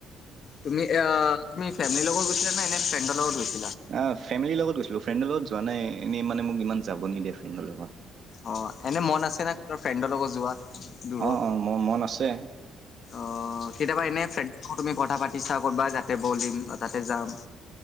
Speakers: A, on the left (about 40°); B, on the right (about 45°).
A: তুমি তুমি এই ফেমিলিৰ লগত গৈছা নে এনে ফ্ৰেণ্ডৰ লগত গৈছা?
B: অহ, ফেমিলিৰ লগত গৈছিলোঁ, ফ্ৰেণ্ডৰ লগত যোৱা নাই, এনেই মানে মোক ইমান যাব নিদিয়ে ফ্ৰেণ্ডৰ লগত।
A: অ', এনেই মন আছেনে? কোনো ফ্ৰেণ্ডৰ লগত যোৱাত? দূৰত
B: অ', অ', মোৰ মন আছে।
A: অ', কেতিয়াবা এনে ফ্ৰেণ্ড তুমি কথা পাতিছা, কৰবাত যাতে বলিম, তাতে যাম